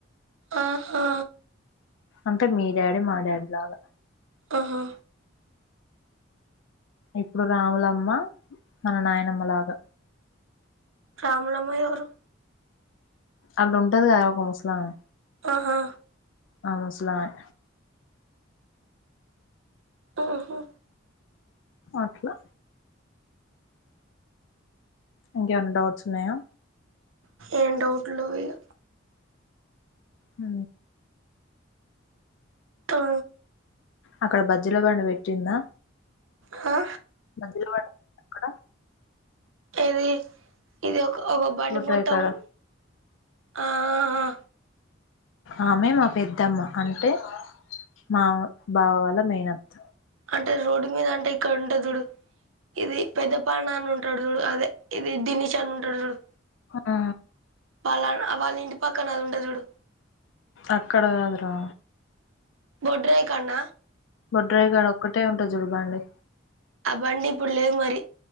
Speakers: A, on the right; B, on the left.
A: ఆహా
B: అంటే మీ డాడీ మా డాడీ లాగా
A: ఆహా
B: ఇప్పుడు రాములమ్మ మన నాయనమ్మ లాగా
A: రాములమ్మ ఎవరు
B: అల్లుంటది గద ఒక ముస్లామె
A: ఆహా
B: ఆ ముసలామె
A: ఆహా
B: అట్లా ఇంకేమన్నా డౌట్స్ ఉన్నాయా
A: ఏం డౌట్లు లెవు ఇగ
B: ఉ
A: తా
B: అక్కడ బజ్జిల బండి పెట్టింన్నా
A: హా
B: బజ్జిల బండి అక్కడ
A: ఏది ఇది ఒక ఒక బండి
B: గొడ్రాయి
A: పోత
B: కాడ
A: ఉన్ ఆ ఆ ఆ
B: ఆమె మా పెద్దమ్మ అంటే మా బావ వాళ్ల మేనత్త
A: అంటే రోడ్డు మీద అంటే ఇక్కడ ఉంటది చూడు ఇది పెద్దపాన అని ఉంటాడు జూడు అదే ఇది దినిష్ అన్న ఉంటాడు జూడు
B: ఆ
A: వాళ్ళ వాళ్ళింటి పక్కన ఆది ఉంటది జూడు
B: అక్కడ కాదు రా
A: బొడ్రాయి కాడన
B: బొడ్రాయి గడ ఒక్కటే ఉంటది జుడు బండి
A: ఆ బండి ఇప్పుడ్ లేదు మరి